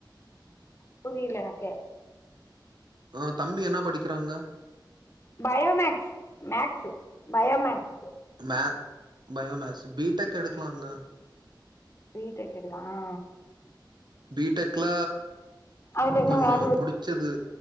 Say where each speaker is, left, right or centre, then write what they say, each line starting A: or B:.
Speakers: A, on the left; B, on the right.
A: புரியலனக்கு
B: ஆ தம்பி என்ன படிக்கிறாங்க
A: பயோமேக்ஸ் மேக்ஸ் பயோமேக்ஸ்
B: மே பயோமேஸ் பீ டெக் எடுக்கலாங்க
A: பீ டெக் எடுக்லா ஆ
B: பீ டெக்ல
A: அதுல என்ன
B: கொஞ்சோ
A: வேல்யூ
B: புடிச்சது